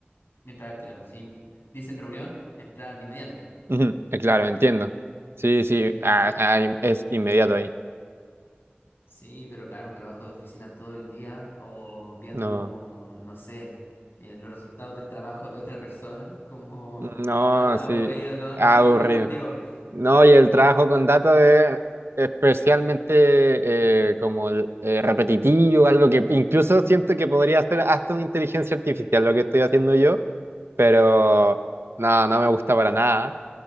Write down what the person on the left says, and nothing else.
Mientras, claro, si dicen reunión, entrar de inmediato.
Sí, pero claro, un trabajo de oficina todo el día o viendo
como, no sé, eh, los resultados del trabajo de otra persona, como
igual aburrido,
no, no
suena
muy atractivo.